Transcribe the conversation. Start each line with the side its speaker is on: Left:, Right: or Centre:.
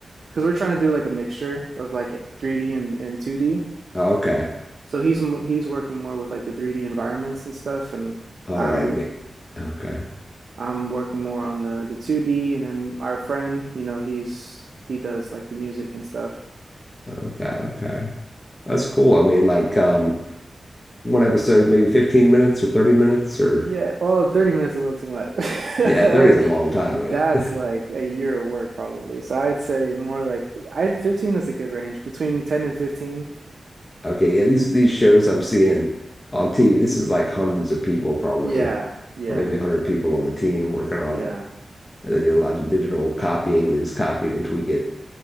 Right: because we're trying to do like a mixture of like 3D and, and 2D.
Left: oh, okay.
Right: So he's m- he's working more with like the 3D environments and stuff, and
Left: All
Right: I'm
Left: right, ma- okay,
Right: I'm working more on the the 2D, and then our friend, you know, he's he does like the music and stuff.
Left: okay, okay. That's cool. I mean, like, um, one episode is maybe 15 minutes or 30 minutes or
Right: Yeah. Oh, 30 minutes is a little too much. <laughs>
Left: yeah,
Right: That's,
Left: 30 is a long time in
Right: that's
Left: it. <laughs>
Right: like a year of work probably. So I'd say more like I 15 is a good range between 10 and 15.
Left: Okay, yeah, these these shows I'm seeing on TV, this is like hundreds of people probably,
Right: Yeah. Yeah.
Left: or maybe 100
Right: Yeah.
Left: people on a team working on
Right: Yeah.
Left: it. And they're doing lots of digital copying. They just copy it and tweak it